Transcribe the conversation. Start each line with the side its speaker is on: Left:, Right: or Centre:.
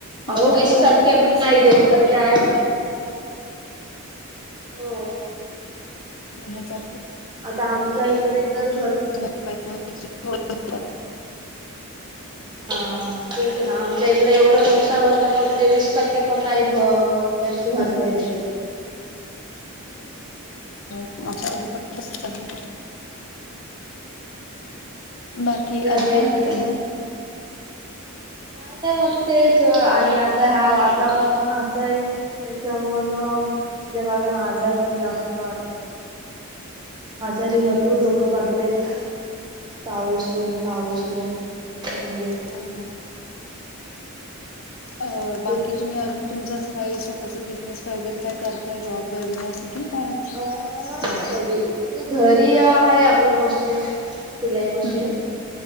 Left: म्हणजे
Right: अहो वीस
Left: दहा टक्के
Right: पण
Left: पैसे
Right: नाही देत
Left: परतं
Right: तर
Left: आपल्यात
Right: काय
Left: देतात.
Right: हो.
Left: म ह्यांजा
Right: आता आमच्या इकडे तरं भर
Left: भरपाई. म्हणून थोडं
Right: हां तेचं नां आमच्या इकडे एवढं नुकसांन होतं ना म्हणजे वीस टक्के पणं नाहीं भर त्यांजीच भरपाई
Left: हम्म
Right: देत्यात. <unintelligible>
Left: हो माझ्याकडे पणं तसंच आहे. बाकी
Right: म्हणजे आता
Left: अजून कायं
Right: एखादी
Left: म्हणतांय म?
Right: कायं नाही मगं तेचं आणि आता ह्या वातावरण पणं असं आहे. त्यांच्यामुळे म्हणून, जेव्हा जर आमच्या <unintelligible> आजार पणं जास्तं वाढतंय आजारी भरंपूर लोकं पडतायत. पाऊस ऊन, पाऊस ऊन त्यांच्यामुळे.
Left: हो नां, अ
Right: भरपूर
Left: बाकी? तुम्हीं अजून, तुमचं अस काही स्वतःच बिझनेस वगैरें कायं करताय जॉब वगैरें असं? की काय
Right: अ नाहीं
Left: नाही
Right: अभि, म्हणजे घरी आहे आपलं मशीन, शिलाई मशीन.
Left: हम्म हम्म